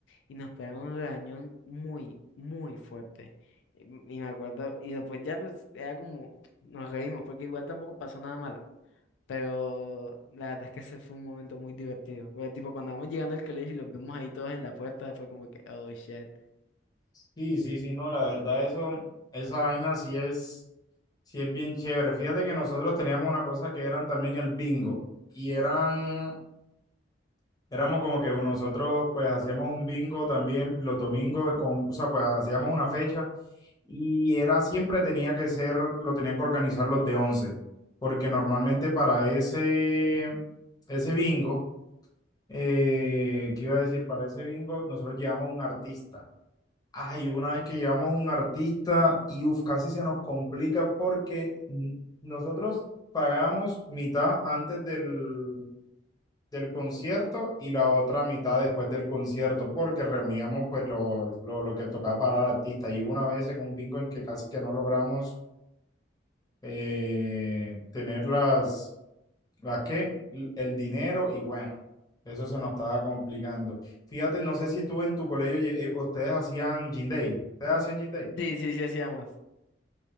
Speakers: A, on the left; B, on the left.
A: y nos pegamos un regañón muy, muy fuerte. Y y me acuerdo, y después ya pues era como, nos reímos, porque igual tampoco pasó nada malo. Pero la verdad es que ese fue un momento muy divertido. Porque tipo cuando vamos llegando al colegio y los vemos ahí todos en la puerta, fue como que, oh shit.
B: Sí, sí, sí, no, la verdad, eso, esa vaina sí es, sí es bien chévere. Fíjate que nosotros teníamos una cosa que eran también el bingo. Y eran, éramos como que nosotros pues hacíamos un bingo también los domingos con, o sea, pues hacíamos una fecha. Y era siempre tenía que ser, lo tenían que organizar los de 11 porque normalmente para ese, ese bingo Eh, ¿qué iba a decir? Para ese bingo, nosotros llevamos un artista. Ay, una vez que llevamos un artista, y uf, casi se nos complica porque n- nosotros pagamos mitad antes del, del concierto y la otra mitad después del concierto, porque reuníamos pues lo, lo, lo que tocaba para el artista. Y hubo una vez en un bingo en que casi que no logramos eh, tener las las que l- el dinero y bueno, eso se nos estaba complicando. Fíjate, no sé si tú en tu colegio lle- eh, ustedes hacían gym day. ¿Ustedes hacían gym day?
A: Sí, sí, sí hacíamos.